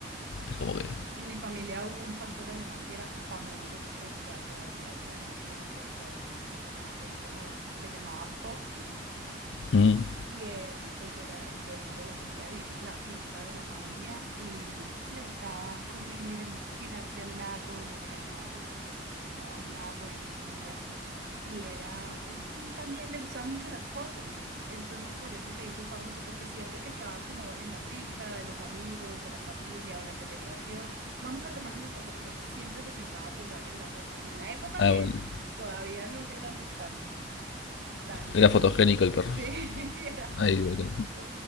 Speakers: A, on the left (about 80°); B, on the right (about 60°).
A: es como que.
B: En mi familia hubo un pastor alemán que era famoso, pues o sea, todavía la gente lo recuerda y es como, se llamaba Pocky
A: Mm.
B: y él pues era el perro de la familia, vivía en la finca de la familia y le gustaba correr, tirarse al lago, lo regañaban porque se, se tiraba a un lago y pues era Y era, y, y también le gustaban mucho las fotos. Entonces, por eso se hizo famoso, porque siempre que estaba como en la finca de los amigos o la familia o la celebración, vamos a tomar una foto, porque siempre se sentaba a posar en la foto, en una época
A: Ah,
B: que
A: bueno.
B: todavía no éramos tan, tan,
A: Era fotogénico el perro.
B: sí, <laughs> era fotogénico
A: Ay, boludo.